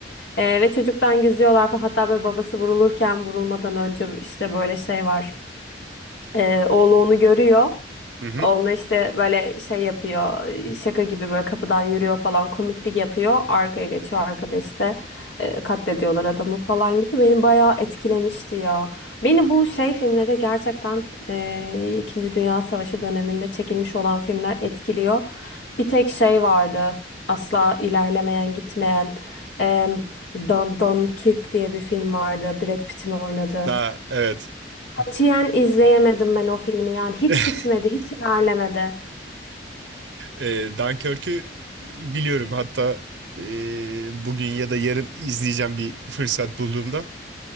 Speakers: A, on the left (about 80°); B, on the right (about 85°).
A: Ee, ve çocuktan gizliyorlar falan. Hatta böyle babası vurulurken vurulmadan önce işte böyle şey var. Ee, oğlu onu görüyor.
B: Hı hı.
A: Oğlu işte böyle şey yapıyor. Şaka gibi böyle kapıdan yürüyor falan komiklik yapıyor. Arkaya geçiyor arkada işte e, katlediyorlar adamı falan gibi. Beni bayağı etkilemişti ya. Beni bu şey filmlere gerçekten e, İkinci Dünya Savaşı döneminde çekilmiş olan filmler etkiliyor. Bir tek şey vardı. Asla ilerlemeyen gitmeyen. E, Dun Dunkirk diye bir film vardı. Brad Pitt'in oynadığı.
B: Daha evet.
A: Katiyen izleyemedim ben o filmi. Yani hiç
B: <laughs>
A: bitmedi, hiç ilerlemedi.
B: E, Dunkirk'ü biliyorum. Hatta e, bugün ya da yarın izleyeceğim bir fırsat bulduğumda.